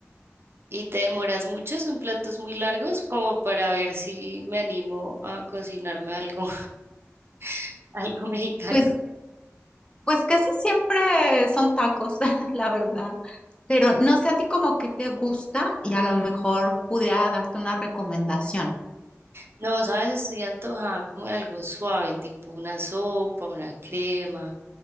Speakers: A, on the right; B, on the left.
A: ¿Y te demoras mucho? ¿Son platos muy largos? Como para ver si me animo a cocinarme algo, <laughs> algo mexicano.
B: pues Pues casi siempre son tacos, <laughs> la verdad. Pero no sé a ti como que te gusta y a lo mejor pudiera darte una recomendación.
A: No, sabes, estoy antojada como de algo suave, tipo una sopa, una crema.